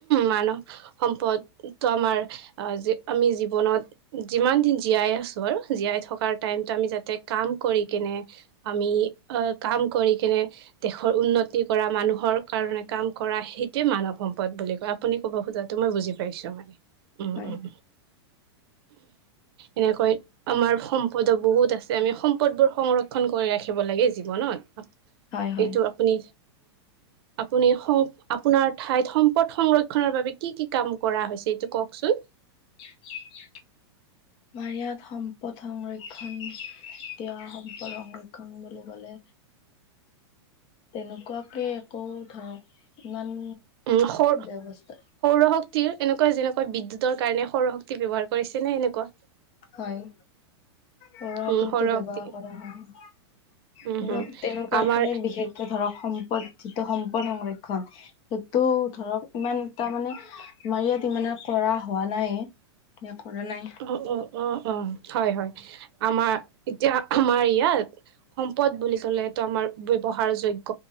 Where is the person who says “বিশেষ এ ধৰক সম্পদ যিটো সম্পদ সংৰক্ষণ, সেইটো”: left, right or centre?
Left